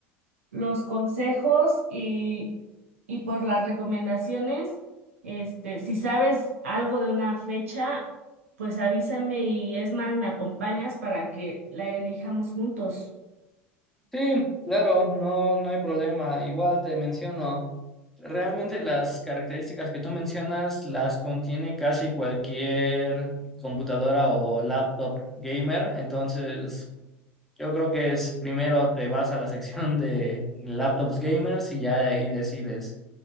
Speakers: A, on the right; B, in the centre.
A: los consejos y, y por las recomendaciones. Este, si sabes algo de una fecha, pues avísame y es más, me acompañas para que la elijamos juntos.
B: Sí, claro, no, no hay problema. Igual te menciono, realmente las características que tú mencionas las contiene casi cualquier computadora o laptop gamer, entonces... Yo creo que es primero te vas a la sección de laptops gamers y ya de ahí decides.